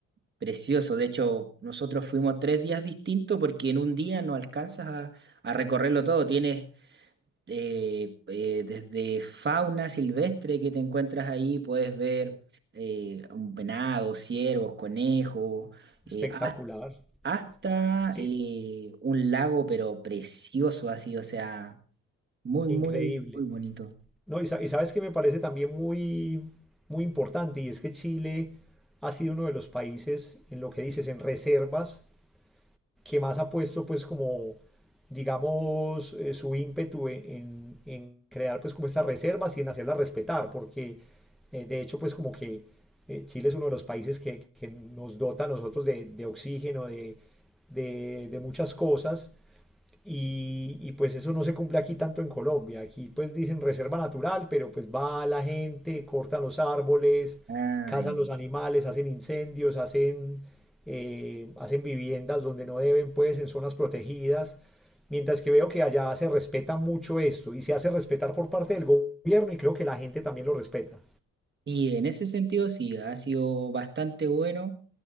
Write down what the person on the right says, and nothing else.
precioso. De hecho, nosotros fuimos tres días distintos porque en un día no alcanzas a, a recorrerlo todo. Tienes eh, eh, desde fauna silvestre que te encuentras ahí, puedes ver eh, un venado, ciervos, conejos, eh,
has- hasta...
eh, un lago pero precioso así, o sea, muy,
muy, muy bonito.
Ay,
y en ese sentido sí, ha sido bastante bueno.